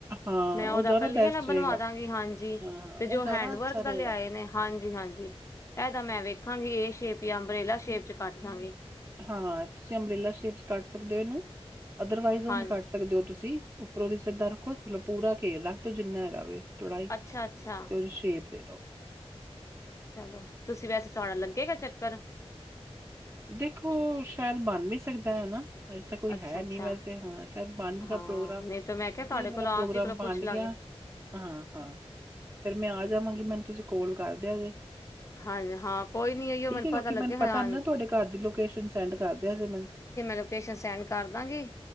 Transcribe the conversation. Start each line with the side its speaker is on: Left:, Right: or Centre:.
Right: ਹਾਂ
Left: ਮੈਂ
Right: ਉਹ
Left: ਉਹਦੇ
Right: ਜ਼ਿਆਦਾ
Left: ਕਲੀਆਂ
Right: ਬੈਸਟ
Left: ਆਲਾ
Right: ਰਹੇਗਾ।
Left: ਬਣਵਾ ਦੇਆਗੀ ਹਾਂਜੀ,
Right: ਹਾਂ,
Left: ਤੇ
Right: ਉਹ
Left: ਜੇ ਓ
Right: ਜ਼ਿਆਦਾ
Left: ਹੈਂਡਵਰਕ
Right: ਅੱਛਾ
Left: ਦਾ
Right: ਰਹੇਗਾ।
Left: ਲਿਆਏ ਨੇ ਹਾਂਜੀ ਹਾਂਜੀ, ਇਹਦਾ ਮੈਂ ਵੇ ਹਾਂਜੀ ਏ ਸ਼ੇਪ ਜਾਂ ਅੰਬਰੇਲਾ ਸ਼ੇਪ ਚ ਕੱਟ ਦਾਂਗੀ
Right: ਹਾਂ, ਤੁਸੀਂ ਅੰਬਰੇਲਾ ਸ਼ੇਪ ਚ ਕੱਟ ਸਕਦੇ ਓ ਇਹਨੂੰ ਅਧਰਵਾਈਸ ਉਂਜ
Left: ਹਾਂ
Right: ਕੱਟ ਸਕਦੇ ਓ ਤੁਸੀਂ ਉਪਰੋ ਦੀ ਸਿੱਧਾ ਰੱਖੋ ਥੱਲੋ ਪੂਰਾ ਘੇਰ ਰੱਖਦੋ ਜਿੰਨਾ ਹੈਗਾ ਵੇ ਚੌੜਾਈ,
Left: ਅੱਛਾ-ਅੱਛਾ।
Right: ਤੇ ਉਹਦੀ ਸ਼ੇਪ ਦੇਦੋ
Left: ਚੱਲੋ, ਤੁਸੀਂ ਵੈਸੇ ਤੁਹਾਡਾ ਲੱਗੇਗਾ ਚੱਕਰ
Right: ਦੇਖੋ, ਸ਼ਾਇਦ ਬਣ ਵੀ ਸਕਦਾ ਐ ਨਾ ਅਜੇ ਤਾਂ ਕੋਈ
Left: ਅੱਛਾ-ਅੱਛਾ।
Right: ਹੈ ਨੀ ਵੈਸੇ ਹਾਂ ਸ਼ਾਇਦ ਪੰਜ ਦਾ
Left: ਹਾਂ
Right: ਪ੍ਰੋਗਰਾਮ,
Left: ਨਹੀਂ ਤਾਂ ਮੈਂ ਕਿਹਾ ਤੁਹਾਡੇ
Right: ਜੇ ਮੇਰਾ
Left: ਕੋਲੋਂ ਆਪ
Right: ਪ੍ਰੋਗਰਾਮ
Left: ਜੀ ਕੋਲੋਂ
Right: ਬਣ
Left: ਪੁੱਛ ਲਾਂਗੇ
Right: ਗਿਆ, ਹਾਂ ਹਾਂ, ਫੇਰ ਮੈਂ ਆਜਾਵਾਂਗੀ ਮੈਨੂੰ ਤੁਸੀਂ ਕੌਲ ਕਰ ਦਿਆ ਜੇ
Left: ਹਨ ਹਾਂ ਕੋਈ ਨੀ ਏਹੀਓ
Right: ਠੀਕ
Left: ਮੈਨੂੰ
Right: ਹੈ
Left: ਪਤਾ
Right: ਕਿਉਂਕਿ
Left: ਲਗਾ
Right: ਪਤਾ
Left: ਹਾਂ
Right: ਨਹੀਂ ਨਾ ਤੁਹਾਡੇ ਘਰ ਲੋਕੇਸ਼ਨ ਸੈਂਡ ਕਰ ਦਿਆ ਜੇ ਮੈਨੂੰ,
Left: ਲੋਕੇਸ਼ਨ ਸੈਂਡ ਕਰ ਦਾਂਗੀ।